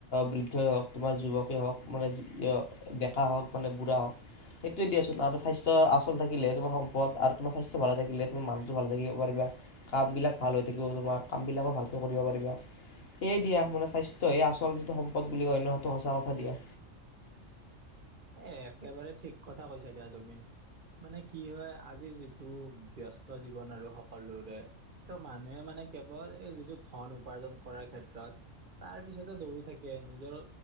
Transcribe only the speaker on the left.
বৃদ্ধই হওক, তোমাৰ যুৱকেই হওক, মানে ডেকা হওক, মানে বুঢ়া হওক, সেইটোৱে দিয়াচোন আৰু স্বাস্থ্য আচ <unintelligible> থাকিলে তোমাৰ সম্পদ আৰু তোমাৰ স্বাস্থ্য ভালে থাকিলে, তোমাৰ মানুহটো ভালে থাকিব পাৰিবা। কাম বিলাক ভাল হৈ থাকিব তোমাৰ, কাম বিলাকো ভালকে কৰিব পাৰিবা। সেয়ে দিয়া মানে, স্বাস্থ্য এই আচল যিটো সম্পদ বুলি কৈ ন'। সেইটো সঁচা কথা দিয়া।